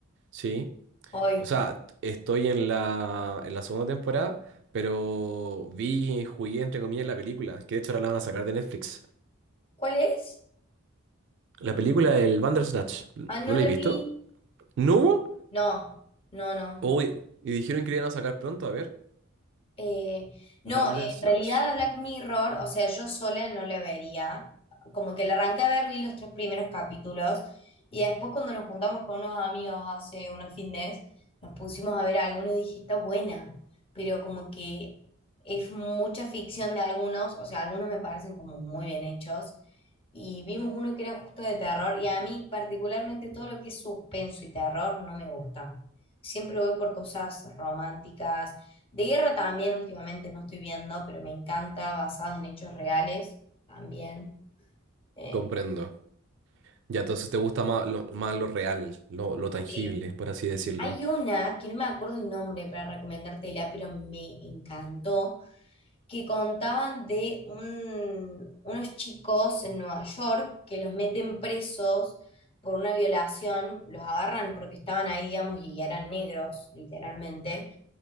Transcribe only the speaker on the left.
Hoy,
¿cuál es?
Ah, no
la
vi.
No, no, no.
Eh, no,
en realidad a Black Mirror, o sea, yo sola no la vería. Como que la arranqué a ver, vi los tres primeros capítulos y después cuando nos juntamos con unos amigos hace unos fines, nos pusimos a ver algunos y dije, está buena, pero como que es mucha ficción de algunos, o sea, algunos me parecen como muy bien hechos. Y vimos uno que era justo de terror y a mí particularmente todo lo que es suspenso y terror no me gusta. Siempre voy por cosas románticas de guerra también últimamente no estoy viendo, pero me encanta, basadas en hechos reales también. Eh,
sí.
Hay una que no me acuerdo el nombre para recomendártela, pero me encantó, que contaban de un- unos chicos en Nueva York que los meten presos por una violación, los agarran porque estaban ahí, digamos, y eran negros, literalmente,